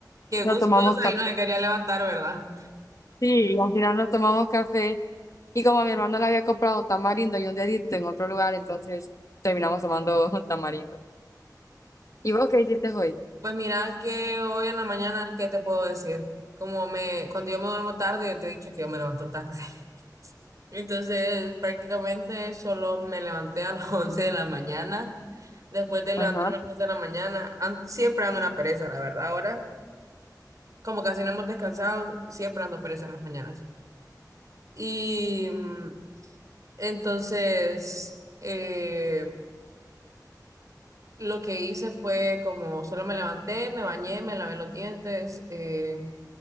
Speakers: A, on the right; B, on the left.
A: qué
B: no
A: gustosa
B: tomamos café.
A: y no me quería levantar, ¿verdad?
B: Sí, y al final nos tomamos café y como a mi hermano le había comprado un tamarindo y un dedito en otro lugar, entonces terminamos tomando <laughs> tamarindo. ¿Y vos qué hiciste hoy?
A: Pues mira que hoy en la mañana, ¿qué te puedo decir? Como me, cuando yo me duermo tarde, yo te he dicho que yo me levanto tarde. <laughs> Entonces, prácticamente solo me levanté a las <laughs> 11 de la mañana después de levantarme
B: Ajá.
A: a las 10 de la mañana. an- siempre ando una pereza, la verdad. Ahora, como casi no hemos descansado, siempre ando pereza en las mañanas. Y mm, entonces, eh, lo que hice fue como solo me levanté, me bañé, me lavé los dientes eh,